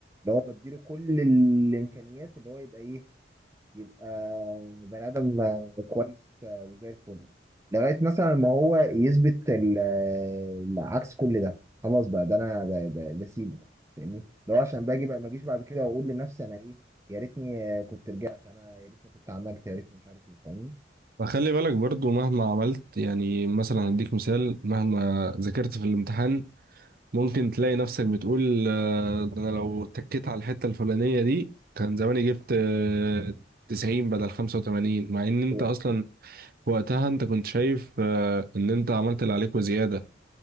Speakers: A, on the right (about 15°); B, on the right (about 50°).
A: اللي هو بديله كل الامكانيات اللي هو يبقى ايه يبقى بني ادم آه، كويس آه، وزي الفل لغايه مثلا ما هو يثبت ال- آه، عكس كل ده خلاص بقى ده انا ب- ب- بسيبه فاهمني لو عشان باجي بقى ما اجيش بعد كده واقول لنفسي انا ايه يا ريتني آه، كنت رجعت انا يا ريتني كنت عملت يا ريتني مش عارف ايه فاهمني
B: فخلي بالك برضو مهما عملت يعني مثلا هديك مثال مهما ذاكرت في الامتحان ممكن تلاقي نفسك بتقول آه، ده انا لو تكيت على الحته الفلانيه دي كان زماني جبت آه، 90 بدل 85 مع ان انت
A: ايوه
B: اصلا في وقتها انت كنت شايف آه، ان انت عملت اللي عليك وزياده